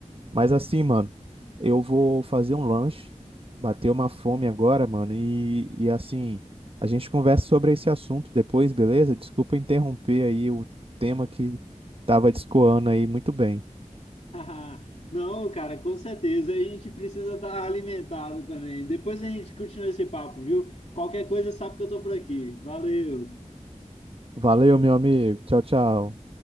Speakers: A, on the right (about 45°); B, on the left (about 60°).
A: Mas assim, mano, eu vou fazer um lanche, bater uma fome agora, mano, e, e assim, a gente conversa sobre esse assunto depois, beleza? Desculpa interromper aí o tema que tava discoando aí muito bem.
B: <laughs> Não, cara, com certeza. A gente precisa estar alimentado também. Depois a gente continua esse papo, viu? Qualquer coisa, sabe que eu tô por aqui. Valeu!
A: Valeu, meu amigo. Tchau, tchau.